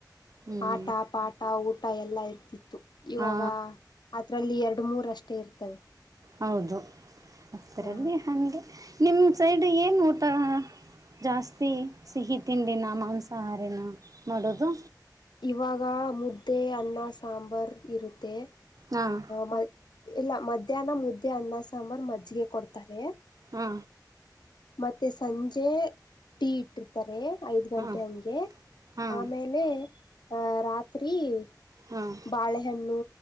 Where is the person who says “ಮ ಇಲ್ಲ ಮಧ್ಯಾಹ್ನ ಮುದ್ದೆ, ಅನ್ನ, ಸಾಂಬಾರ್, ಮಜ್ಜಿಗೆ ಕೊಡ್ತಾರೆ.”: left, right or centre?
Left